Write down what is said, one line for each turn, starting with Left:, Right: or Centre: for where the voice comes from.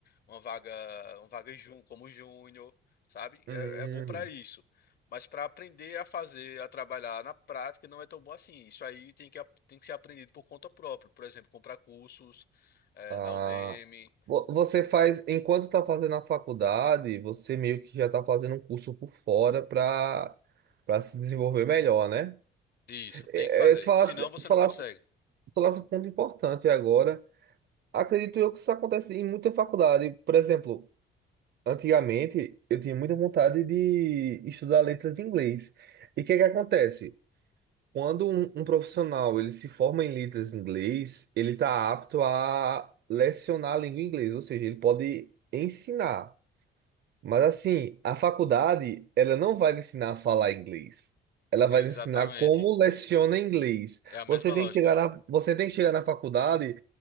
Left: uma vaga, uma vaga jun, como júnior, sabe?
Right: Hum,
Left: É, é bom para isso. Mas para aprender a fazer, a trabalhar na prática, não é tão bom assim. Isso aí tem que, ap- tem que ser aprendido por conta própria. Por exemplo, comprar cursos, eh,
Right: ah.
Left: na Udemy.
Right: Vo- Você faz, enquanto tá fazendo a faculdade, você meio que já tá fazendo um curso por fora para para se desenvolver melhor, né?
Left: Isso, tem
Right: É,
Left: que fazer.
Right: é, te falar,
Left: Senão você não consegue.
Right: Tu traz um ponto importante agora. Acredito eu que isso acontece em muita faculdade. Por exemplo, antigamente eu tinha muita vontade de estudar letras em inglês. E o que é que acontece? Quando um, um profissional ele se forma em letras em inglês, ele está apto a lecionar a língua inglesa, ou seja, ele pode ensinar. Mas assim, a faculdade, ela não vai lhe ensinar a falar inglês. Ela vai
Left: Exatamente.
Right: lhe ensinar como leciona inglês.
Left: É a mesma
Right: Você tem
Left: lógica.
Right: que chegar na, você tem que chegar na faculdade